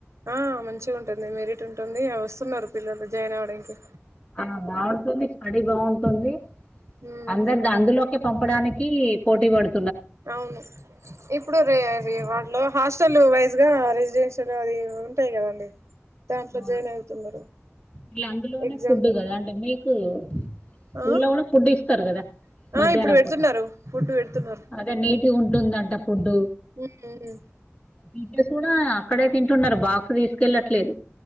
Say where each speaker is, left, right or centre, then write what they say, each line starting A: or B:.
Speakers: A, on the right; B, on the left.
A: ఆ మంచిగా ఉంటుంది మెరిట్ ఉంటుంది వస్తున్నారు పిల్లలు జాయిన్ అవ్వనికి
B: ఆ బాగుంటుంది స్టడీ బాగుంటుంది
A: ఉమ్
B: అందరు దాం అందులో ఇగ పంపడానికి పోటీ పడు
A: అవును ఇప్పుడు రే రేవాడ్ లో హాస్టల్ వైజ్ గా రెసిడెన్షియల్ అది ఉంటాయి కదండి దాంట్లో
B: అవును
A: జాయిన్ అవుతున్నారు
B: ఇగ అందులోనే
A: ఎగ్జామ్
B: ఫుడ్ కదా అండీ మీకు స్కూల
A: ఆ
B: కూడా ఫుడ్ ఇస్తారు కదా
A: ఆ
B: మధ్యాహ్నం
A: ఇప్పుడు పెడుతున్నారు
B: పూట
A: ఫుడ్ పెడుతున్నారు
B: అదే నీటిగుంటుందంట ఫుడ్డు
A: ఉమ్
B: టీచస్ కూడా అక్కడే తింటున్నారు బాక్స్ తీసుకెళ్ళట్లేదు